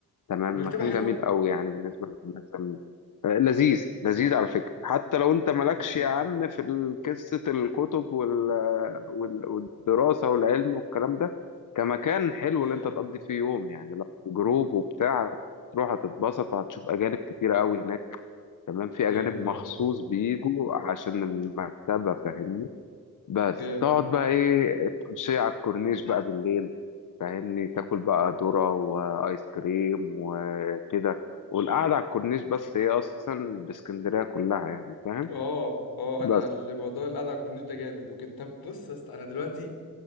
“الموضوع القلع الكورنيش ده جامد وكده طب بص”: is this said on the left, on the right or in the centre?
Left